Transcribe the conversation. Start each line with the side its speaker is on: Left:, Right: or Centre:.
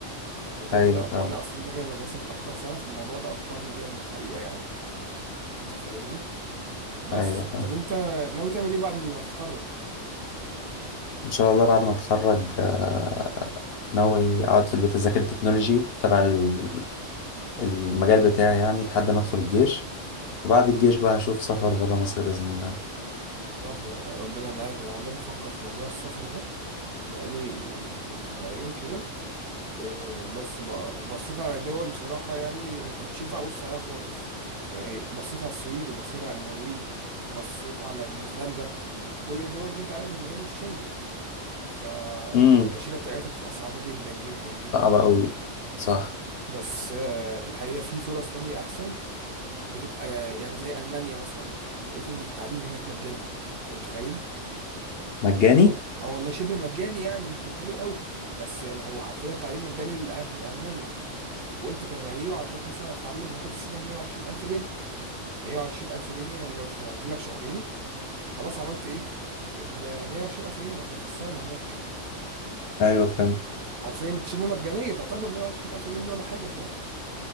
Right: وكده
Left: ايوه
Right: كده
Left: فاهم
Right: وانا اصلا داخل المدرسه متاخر سنه فالموضوع ده اخرني جامد الحقيقه يعني انت فاهمني بس
Left: ايوه
Right: طب
Left: فاهم
Right: انت ناوي تعمل ايه بعد ما تتخرج
Left: ان شاء الله بعد ما اتخرج آه، ناوي اقعد في البيت اذاكر التكنولوجي تبع ال- المجال بتاعي يعني لحد ما ادخل الجيش وبعد الجيش بقى هشوف سفر بره مصر بإذن الله
Right: طب ده ربنا معاك انا والله بفكر في موضوع السفر ده بقالي اسبوعين كده آه، بس ب- بصيت على دول بصراحة يعني ما كنتش ينفع ابص عليها خالص يعني بصيت على السويد وبصيت على النرويج بصيت على نيوزيلندا وكل الدول دي انت عارف ان هي مش شنجن فالتأشيرة
Left: امم
Right: بتاعتها بتبقى صعبة جدا جدا جدا
Left: صعبة قوي صح
Right: ف... بس آه، الحقيقة في فرص تانية احسن بتبقى آه، يعني زي ألمانيا مثلا لقيت ان التعليم هناك مجاني انت متخيل
Left: مجاني
Right: اه والله شبه مجاني يعني مش مجاني قوي بس يعني هو حرفيا التعليم مجاني للأهل لألمانيا وانت كغريب هتروح مثلا هتتعلم هتاخد السنة ب 120000 جنيه 120000 جنيه يعني لو اشتغلت لك شهرين خلاص عملت ايه ال 120000 جنيه مصاريف السنة هناك
Left: ايوه فهمت
Right: حرفيا شبه مجانية تعتبر 120000 جنيه دي ولا حاجة هناك